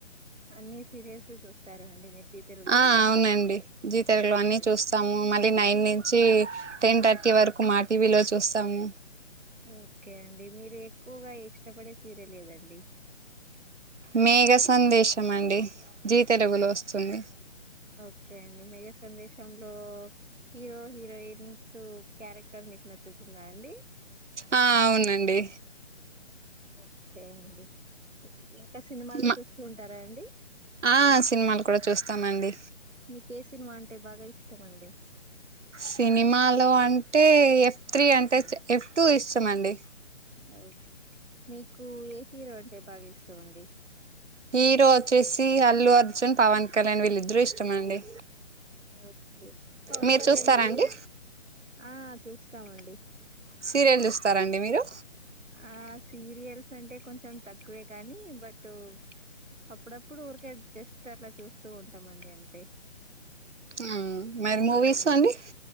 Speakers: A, on the right; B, on the right.
A: అన్ని సీరియల్స్ చూస్తారండి మీరు జీ తెలుగులో
B: ఆ అవ్నండి జీతేల్గులోన్ని చూస్తాము మళ్ళీ నైనుంచి టెన్ థర్టీ వరకు మా టీవీలో చూస్తాము
A: ఓకే అండి మీరు ఎక్కువగా ఇష్టపడే సీరియలేదండి
B: మేఘ సందేశమండి జీ తెల్గులో వస్తుంది
A: ఓకే అండి మేఘ సందేశంలో హీరో హీరోయిన్స్ క్యారెక్టర్స్ మీకు నచ్చుతుందండి
B: ఆ అవును అండి
A: ఓకే అండి ఇంకా సినిమాలు
B: మా
A: చూస్తూ ఉంటారండి
B: ఆ సిన్మాలు కూడా చూస్తామండి
A: మీకు ఏ సినిమా అంటే బాగా ఇష్టం అండి
B: సినిమాలో అంటే అంటే ఎఫ్ త్రీ అంటే ఎఫ్ టూ ఇష్టమండి
A: ఓ మీకే హీరో అంటే బాగా ఇష్టమండి
B: హీరో ఓచ్చేసి అల్లు అర్జున్ పవన్ కళ్యాణ్ విళ్ళిద్ద్ర ఇష్టమండి
A: ఓకే పవన్
B: మీరు
A: కళ్యాణ్
B: చూస్తారా
A: మూవీస్
B: అండి
A: ఆ చూస్తామండి
B: సీర్యల్ చూస్తారండి మీరు
A: ఆ సీరియల్స్ అంటే కొంచెం తక్కువే కానీ బటూ అప్పుడప్పుడు ఊర్కే జస్ట్ అలా చూస్తూ ఉంటామండి అంతే
B: ఉమ్ మరి మూవీసు అండి